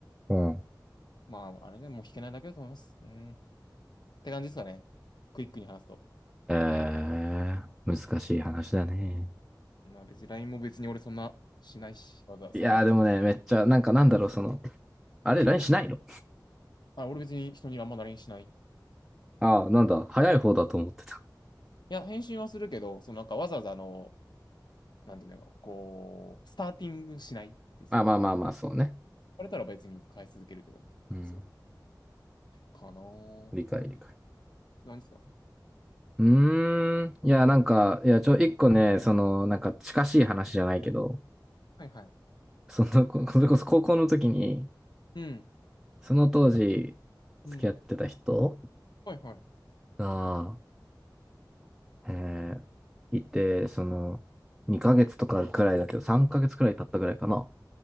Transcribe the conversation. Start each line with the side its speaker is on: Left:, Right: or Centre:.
Centre: う。うん。
Left: まあ、あれね、もう弾けないだけだと思います。うん。って感じですかね。クイックに話すと。
Centre: えー、難しい話だね。
Left: まあ別に LINE も別に俺そんなしないし、わざ、
Centre: いやーでもね、
Left: その、
Centre: めっちゃ、なんかなんだろう、その、あれ、
Left: うん。
Centre: LINE しないの
Left: あ、俺別に人にあんま l i n しない。い
Centre: ああ、なんだ、早い方だと思ってた。
Left: や、返信はするけど、そのなんかわざわざあの、なんていうのこう、スターティングしない。別に。
Centre: あ、まあまあまあ、
Left: 言
Centre: そうね。
Left: われたら別に返し続けるけど、みたいな。
Centre: うん。
Left: そう。かなー。
Centre: 理解理解。
Left: 何ですかね。
Centre: うーん。いや、なんか、いや、ちょ、一個ね、その、なんか近しい話じゃないけど、
Left: はいはい。
Centre: その、こ <laughs> それこそ高校の時に、
Left: うん。
Centre: その当時、付き合ってた人
Left: うん。はいはい。
Centre: が、えーいて、その、2ヶ月とかくらいだけど、3ヶ月くらい経ったくらいかな。